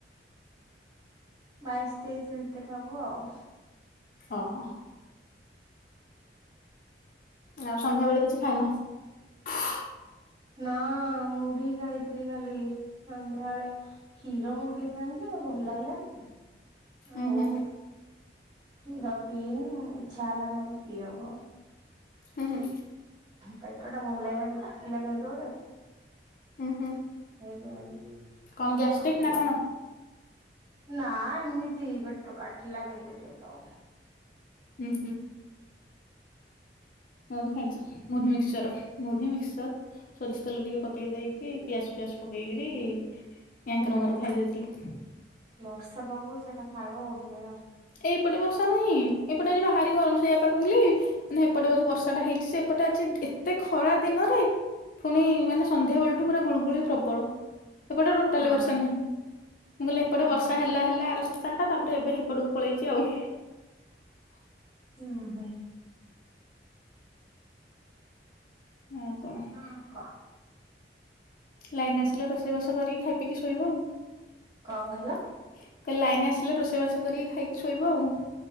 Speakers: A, on the right; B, on the left.
A: ବାଇଶି ତେଇଶି ଭିତରେ ହବ ଆଉ।
B: ଓହୋ। ଆଉ ସନ୍ଧ୍ୟା ବେଳେ କିଛି ଖାଇନ? <unintelligible>
A: ନା ମୁଢି ଖାଇଥିଲି ଖାଲି ସଂନ୍ଧ୍ୟାଳେ କ୍ଷୀର ମୁଁ ପିଇଥାନ୍ତି ଯେ ଭଲ ଲାଗିଲାନି। ଆଉ
B: ଉଁ ହୁଁ
A: କ୍ଷୀର ପିଇନି ଇଚ୍ଛା ହେଲା ନି ଆଜି ପିଇବାକୁ ଆଉ।
B: ହୁଁ ହୁଁ
A: ପେଟ ଟା ଭଲ ଲାଗିଲାଣି କାଟିଲା କେମିତି ଗୋଟେ
B: ହୁଁ ହୁଁ।
A: ସେଇଥି ପାଇଁ
B: କଣ ଗ୍ୟାଷ୍ଟ୍ରିକ୍
A: ଆଉ ପି
B: ନା କଣ?
A: ନା ଏମିତି ପେଟ କାଟିଲା କେମତି ଟିକେ ତ
B: ହୁଁ ହୁଁ ମୁଁ ବି ଖାଇଛି ମୁଢି ମିକ୍ସଚର। ମୁଢି, ମିକ୍ସର ସରିଷ ତେଲ ଟିକେ ପକେଇ ଦେଇକି ପିଆଜ ଫିଆଜ ପକେଇକି କି ୟାଙ୍କର
A: ହୁଁ
B: ମୋର ଖାଇ ଦେଇଥିଲୁ।
A: ବର୍ଷା ପାଗକୁ ସେଇଟା ଖାଇବ ଭଲ ଲାଗିବ।
B: ଏଇ ପଟେ ବର୍ଷା ନାହିଁ ଏପଟେ ଆଜି ବାହାରି ଗରମ ସୋଇଆପା କହିଲି। ହେପଟେ ବୋଧେ ବର୍ଷା ଟା ହେଇଛି ସେ ଏପଟେ ଆଜି ଏତେ ଖରା ଦିନରେ ପୁଣି ମାନେ ସନ୍ଧ୍ୟାବେଳଠୁ ପୁରା ଗୁଳୁଗୁଳି ପ୍ରବଳ। ଏପଟେ ଟୋଟାଲି
A: ହଁ
B: ବର୍ଷା ନାହିଁ ମୁଁ କହିଲି ଏପଟେ ବର୍ଷା
A: ଓହୋ।
B: ହେଲା ହେଲା ଆର ସପ୍ତାହଟା ତାପରେ ଏବେ ସେପଟକୁ ପଳେଇଛି ଆଉ।
A: ହୁଁ ହୁଁ
B: ଆଉ କଣ
A: ହଁ କ
B: ଲାଇନ ଆସିଲେ ରୋଷେଇବାସ କରିକି ଖାଇ ପିଇକି ଶୋଇବ ଆଉ। ମୁଁ
A: କଣ କହିଲ
B: କଲି ଲାଇନ ଆସିଲେ ରୋଷେଇବାସ କରିକି ଖାଇକି ଶୋଇବ ଆଉ।